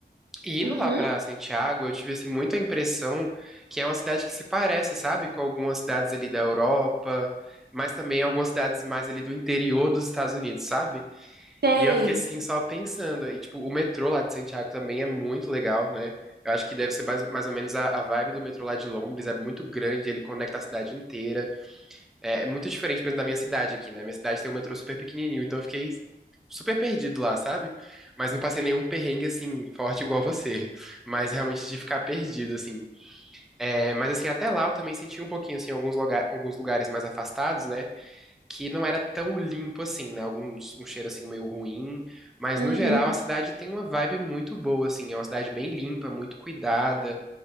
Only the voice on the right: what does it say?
Uhum.
Sei.
Uhum,